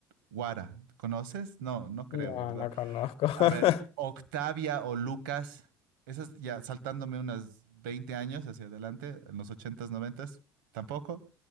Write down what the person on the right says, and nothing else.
Guara, ¿conoces? No, no creo,
¿verdad?
A ver, Octavia o Lucas, esas ya saltándome unas 20 años hacia adelante, en los ochentas noventas, tampoco.